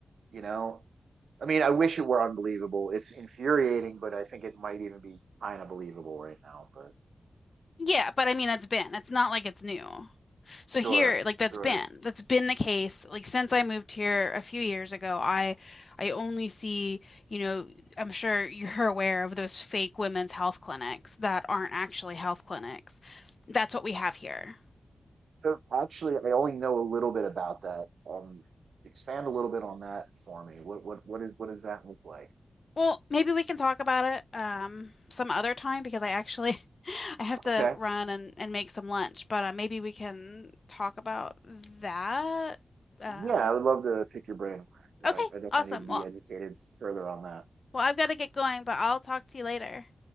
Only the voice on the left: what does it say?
yeah. But I mean, it's been. It's not like it's new. So
here, like that's
been that's been the case. Like since I moved here a few years ago, I I only see, you know, I'm sure you're <laughs> aware of those fake women's health clinics that aren't actually health clinics. That's what we have here.
Well, maybe we can talk about it um some other time because I actually <laughs> I have to
run and and make some lunch, but uh, maybe we can talk about that. Um
okay,
awesome.
Well,
well, I've got to get going, but I'll talk to you later.